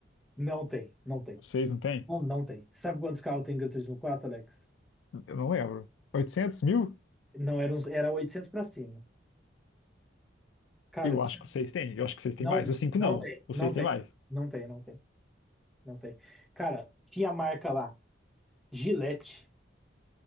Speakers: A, in the centre; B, on the left (about 90°).
A: Não tem, não tem.
B: O 6 não tem?
A: Não, não tem. Sabe quantos carros tem Gran Turismo quatro Alex?
B: Eu não lembro. oitocentos mil?
A: Não, era, uns, era 800 pra cima. Cara,
B: Eu
A: tinha,
B: acho que o 6 tem. Eu acho que o seis tem
A: não,
B: mais. O 5
A: não
B: não.
A: tem,
B: O
A: não
B: 6
A: tem,
B: tem mais.
A: não tem, não tem, não tem. Cara, tinha marca lá, Gillette,